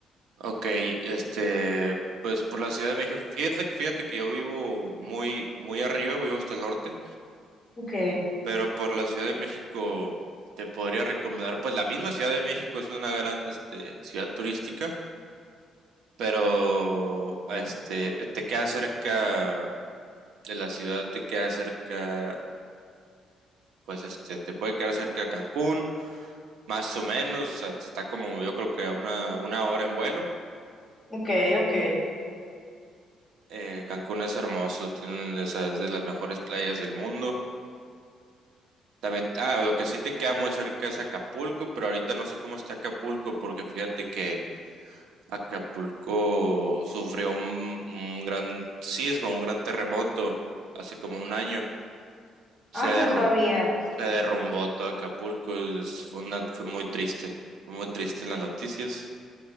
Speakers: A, on the right; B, on the left.
A: Ok, este, pues por la Ciudad de México, fíjate, que- fíjate que yo vivo muy, muy arriba, vivo hasta el norte,
B: Ok,
A: pero por la Ciudad de México te podría recomendar, pues la misma Ciudad de México es una gran, este, ciudad turística, pero, este, te queda cerca de la ciudad, te queda cerca pues este, te puede quedar cerca de Cancún, más o menos, o sea, está como yo creo que a una, una hora en vuelo.
B: ok, ok.
A: Eh, Cancún es hermoso, tiene esas de las mejores playas del mundo. También, ah, lo que sí te queda muy cerca es Acapulco, pero ahorita no sé cómo está Acapulco, porque fíjate que Acapulco sufrió un, un gran sismo, un gran terremoto hace como un año.
B: Ay,
A: Se derru-
B: no sabía.
A: se derrumbó todo Acapulco, es- fue, una- fue muy triste, muy triste en las noticias.